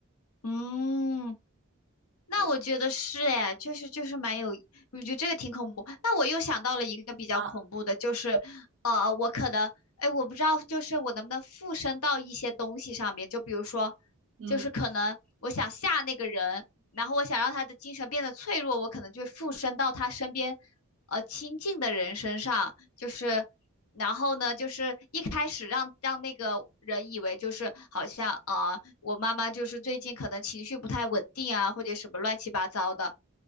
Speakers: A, on the left (about 75°); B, on the right (about 55°).
A: 嗯，那我觉得是哎，
B: 对
A: 就是就是蛮有，我觉得这个挺恐怖。那我又想到了一个比较恐怖的，
B: 啊，
A: 就是呃，我可能哎，我不知道，就是我能不能附身到一些东西上面，就比如说，
B: 嗯
A: 就是可能我想吓那个人，然后我想让他的精神变得脆弱，我可能就附身到他身边呃亲近的人身上，就是。然后呢，就是一开始让让那个人以为就是好像呃，我妈妈就是最近可能情绪不太稳定啊，或者什么乱七八糟的。